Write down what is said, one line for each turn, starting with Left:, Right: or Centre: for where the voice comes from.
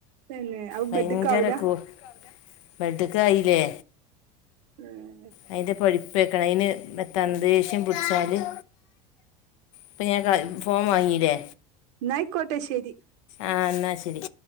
Right: പിന്നെ അപ്പൊ
Left: ഭയങ്കര
Right: ബെഡ്ക്കാവൂല
Left: കോ ബെഡ്ക്ക് ആയില്ലേ
Right: ഏഹ്
Left: അയിന്റെ പൊ- കെടക്കണേല് മെത്ത ദേഷ്യം പിടിച്ചാല്- ഇപ്പോ ഞാൻ ഫോൺ വാങ്ങില്ലേ
Right: എന്നായിക്കോട്ടേ ശരി
Left: ആഹ് എന്നാ ശരി